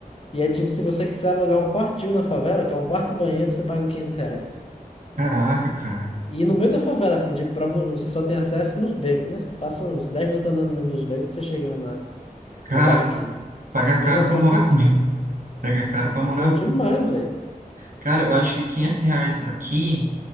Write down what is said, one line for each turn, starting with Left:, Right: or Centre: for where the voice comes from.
Left: E é tipo, se você quiser alugar um quartinho na favela, que é um quarto e banheiro, você paga 500 reais.
Right: Caraca, cara.
Left: E no meio da favela, assim, de prova, você só tem acesso nos becos, né? Você passa uns 10 minutos andando dentro dos becos, você chega lá na,
Right: Cara,
Left: no barraquinho.
Right: pagar
Left: Mesmo
Right: caro
Left: assim,
Right: pra morar
Left: é uma fortuna.
Right: <laughs> ruim. Pega caro pra morar.
Left: Não, demais, velho.
Right: Cara, eu acho que 500 reais aqui